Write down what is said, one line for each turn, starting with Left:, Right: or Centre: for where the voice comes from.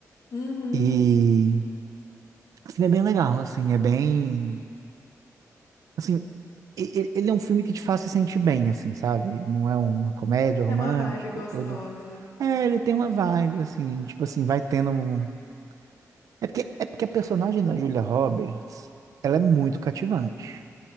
Left: Uhum.
Right: E Assim, é bem legal, assim, é bem, assim, e- e- ele é um filme que te faz se sentir bem, assim, sabe? Não é uma comédia romântica,
Left: Tem uma vibe gostosa.
Right: tudo. É, ele tem uma vibe, assim, tipo assim, vai tendo um... É porque, é porque a personagem da Julia Roberts, ela é muito cativante.